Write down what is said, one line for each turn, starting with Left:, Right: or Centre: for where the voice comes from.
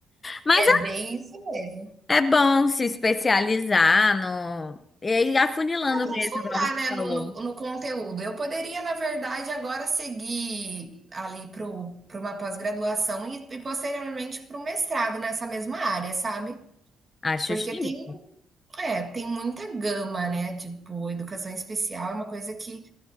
Left: Mas
Right: é bem isso mesmo.
Left: é, é bom se especializar no. E aí, afunilando
Right: Pra aprofundar,
Left: mesmo, igual você
Right: né,
Left: falou.
Right: no no no conteúdo. Eu poderia, na verdade, agora seguir ali pro o uma pós-graduação e e posteriormente pro mestrado nessa mesma área, sabe.
Left: Acho
Right: Porque
Left: chique,
Right: tem é, tem muita gama, né, tipo, educação especial é uma coisa que